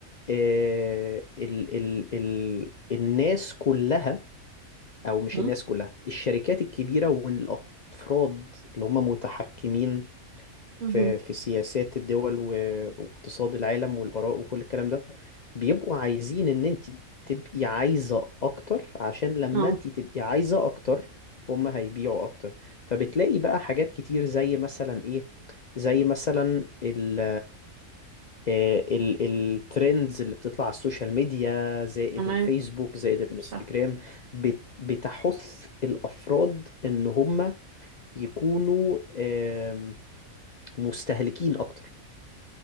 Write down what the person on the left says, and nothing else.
آه... ال... ال... ال... الناس كلها او مش
الناس كلها الشركات الكبيره والافراد اللي هم متحكمين
في في سياسات الدول و- واقتصاد العالم والاراء وكل الكلام ده بيبقوا عايزين ان انت تبقي عايزه اكتر عشان لما
انت تبقي عايزه اكتر هم هيبيعوا اكتر فبتلاقي بقى حاجات كتير زي مثلا ايه زي مثلا ال آه، ال- الترندز اللي بتطلع على السوشيال ميديا زائد
الفيسبوك زائد الانستجرام
بت- بتحث الأفراد إن هم يكونوا آم، مستهلكين أكتر